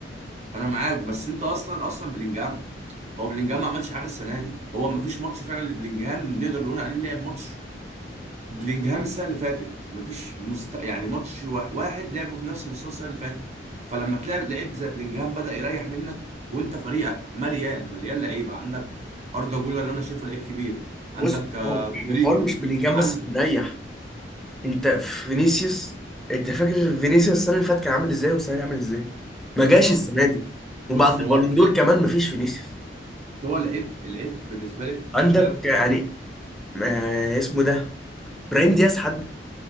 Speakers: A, on the right; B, in the centre.
A: انا معاك بس انت اصلا اصلا بلينجهام هو بلينجهام ما عملش حاجه السنه دي هو ما فيش ماتش فعلا لبلينجهام نقدر نقول عليه لعب ماتش بلينجهام السنه اللي فاتت مفيش مست... يعني ماتش وا- واحد لعبه بنفس مستوى السنه اللي فاتت فلما تلاعب لعيب زي بلينجهام بدأ يريح منك وانت فريقك مليان مليان لعيبه عندك اردا جولر انا شايفه لعيب كبير عندك
B: بص
A: آه،
B: هو
A: رودريجو
B: الحوار مش بلينجهام
A: عندك
B: بس اللي مريح انت فينيسيوس انت فاكر فينيسيوس السنه اللي فاتت كان عامل ازاي والسنه دي عامل ازاي ما
A: بالظبط
B: جاش السنه دي
A: بص
B: وبعد البالون
A: هو
B: دور
A: ال-
B: كمان ما فيش فينيسيوس
A: هو لعيب العيب بالنسبه لي في
B: عندك
A: ثلاث
B: يعني آه، اسمه ده ابراهيم دياز حد